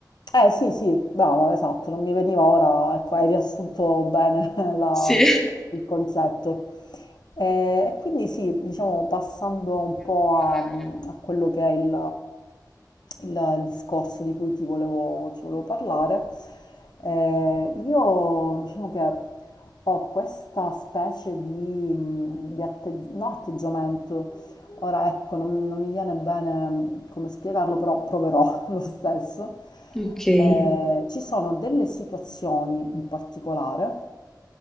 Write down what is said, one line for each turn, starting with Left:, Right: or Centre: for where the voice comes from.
Left: eh sì, sì, brava, esatto, non mi veniva ora, ecco, hai riassunto bene <laughs> la-
Centre: sì.
Left: il concetto. E, e quindi sì, diciamo passando un po'
Centre: <laughs>
Left: a, a quello che è il, il discorso di cui ti volevo, ti volevo parlare. Eh, io diciamo che ho questa specie di, mm, di atte- no, atteggiamento. Ora ecco, non, non mi viene bene mm, come spiegarlo, però proverò <laughs> lo stesso.
Centre: Okay.
Left: Eh, ci sono delle situazioni in particolare